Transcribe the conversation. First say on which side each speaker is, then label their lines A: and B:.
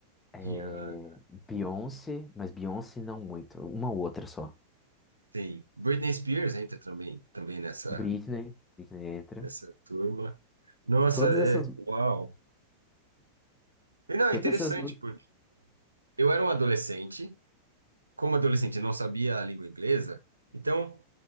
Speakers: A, on the left (about 15°); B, on the right (about 80°).
A: é,
B: Rihanna.
A: Beyoncé, mas Beyoncé não muito, uma outra só.
B: Sim. Britney Spears entra também, também nessa,
A: Britney, Britney entra.
B: nessa turma. Nossa,
A: Todas
B: é,
A: essas,
B: uau. E não,
A: todas
B: é interessante,
A: essas músicas.
B: porque eu era um adolescente, como adolescente eu não sabia a língua inglesa, então